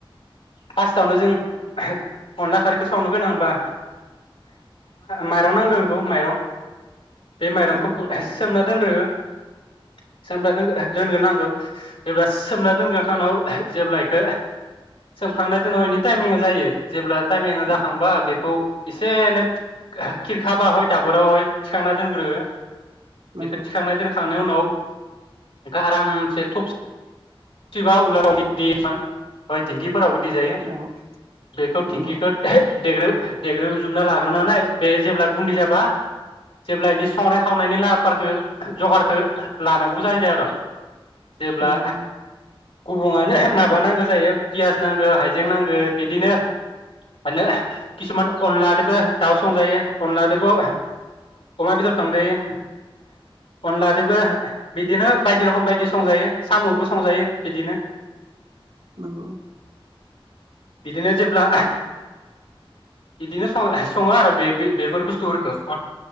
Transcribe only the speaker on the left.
फार्स्टआवनो जों अनला खारैखो संनो गोनांबा माइरं नांगौ बेखौ माइरं बे माइरंखौ
सोमना <unintelligible> सोम दा दोनग्रोनांगौ जेब्ला सोमना दोनग्रोखांनां जेब्ला इखौ सोमखांनाय दोनाव इनि टाइमिंआ जायो जेब्ला टाइमिंआ जाखांबा
बेखौ एसेै नों खिरखाबाहाय दाबोरावहाय थिखांना दोनग्रो
बेखौ थिखांनाय दोनखांनायनि उनाव आरामसे थफिबा उयालाव देयोमोन दिेंखिफोरावबो देजायो।
बेखौ
थिंखिखौ देग्रो देग्रोबजोबना लाग्रोनानै बे जेब्ला गुदै जाबा जेब्ला एनि संनाय खावनायनि लाहारखौ जगारखौ लानांगौ जायो आरो जेब्ला
गुबुङानो माबा नांगौ जायो पियास नांगौ हाइजें नांगौ बिदिनो आनो किसुमान अनलादोबो दाउ संजायो अनलादोबो अमा बेदर थंजायो अनलादोबो बिदिनो बायदि रखम बायदि संजायो साम'बो संजायो बिदिनो
बिदिनो जे अब्ला बिदिनो सं-सङो आरो बे-बेफोर बुस्थुफोरखौ